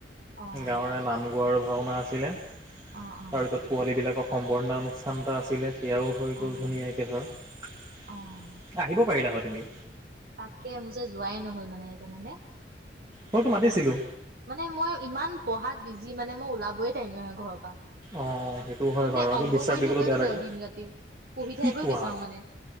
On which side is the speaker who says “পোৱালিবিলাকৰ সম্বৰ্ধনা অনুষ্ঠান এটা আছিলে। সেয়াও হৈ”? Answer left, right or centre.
Right